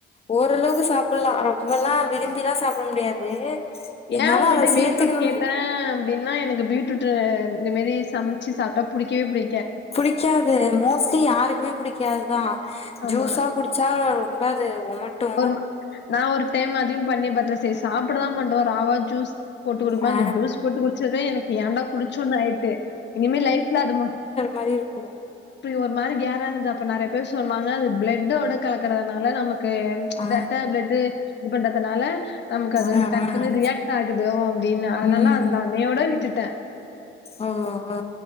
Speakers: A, on the left; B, on the left.
A: ஓரளவுக்கு சாப்பல்லா ரொம்பல்லா விரும்பில்லா சாப்ட முடியாது
B: ஏ
A: இருந்தாலு
B: உங்கள்ட்ட
A: அத
B: பீட்ரூட்
A: சேத்துக்கணுமே
B: கேட்ட அப்டின்னா எனக்கு பீட்ரூட்டு இந்த மாரி சமைச்சு சாப்ட்டா புடிக்கவே புடி
A: புடிக்காது மோஸ்ட்லி யாருக்குமே புடிக்காதுதா
B: ஆமா.
A: ஜூஸா குடு ச்சா ரொம்ப அது ஒமட்டு
B: ஒரு நா ஒரு டைம் அதையு பண்ணி பாத்தே செரி சாப்டதா மாட்டோ ராவா ஜூஸ் போட்டு குடுப்ப
A: ஆ
B: ஜூஸ் போட்டு குடிச்சதே எனக்கு ஏன்டா குடிச்சோன்னு ஆயிட்டு இனிமே லைஃப்ல அதுமட்
A: <unintelligible> இருக்குவோ
B: ஒரு மாரி கேறாகுது அப்ப நெறைய பேர் சொன்னாங்க அது பிளட்டோட கலக்கறதுனால நமக் கு
A: ஆ
B: டேரட்டா பிளட்டு இது பண்றதுனால நமக்கு அது
A: ஆ
B: டக்குன்னு
A: ஆ ஆ
B: ரியாக்ட் ஆகுதோ அப்டின்னு அதனால
A: ம்
B: அத அன்னையோட விட்டுட்ட
A: ஓ ஓ